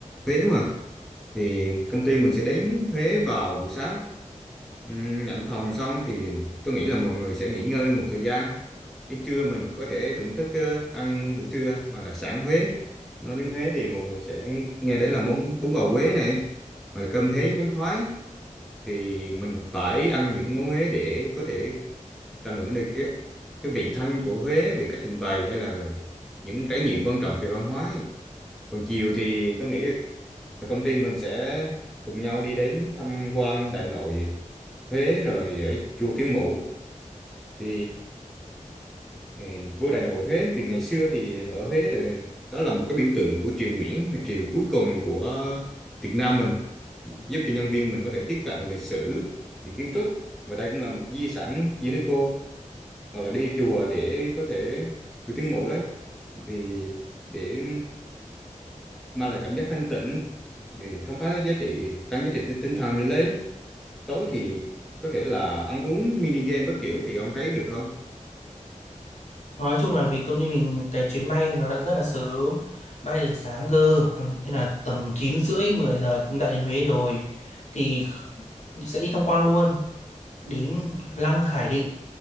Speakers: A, in the centre; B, on the left.
A: Huế mà. Thì công ty mình sẽ đến Huế vào buổi sáng. Ừm, nhận phòng xong thì tôi nghĩ là mọi người sẽ nghỉ ngơi một thời gian. Đến trưa mình có thể thưởng thức ờ, ăn buổi trưa và đặc sản Huế. Nói đến Huế thì mọi người sẽ nghe đến là món bún bò Huế này, hoặc là cơm hến bánh khoái. Thì mình cũng phải ăn những món Huế để có thể tận hưởng được cái cái vị thanh của Huế về cách trình bày hay là những trải nghiệm quan trọng về văn hóa ấy. còn chiều thì tôi nghĩ là công ty mình sẽ cùng nhau đi đến tham quan Đại Nội Huế rồi ở chùa Thiên Mụ thì ừ, vua Đại Nội Huế thì ngày xưa thì ở Huế thì đó là một cái biểu tượng của triều Nguyễn mà triều cuối cùng của Việt Nam mình giúp cho nhân viên mình có thể tiếp cận được lịch sử về kiến trúc và đây cũng là một di sản UNESCO hoặc là đi chùa để có thể được tiếng mộ đấy thì để mang lại cảm giác thanh tịnh để khám phá giá trị tăng giá trị tinh tinh thần mình lên tối thì có thể là ăn uống mini game các kiểu thì ông thấy được không
B: Nói chung là vì công ty mình cái chuyến bay nó đã rất là sớm, bay từ sáng cơ, nên là tầm 9 rưỡi 10 giờ đã đến Huế rồi thì sẽ đi tham quan luôn đến Lăng Khải Định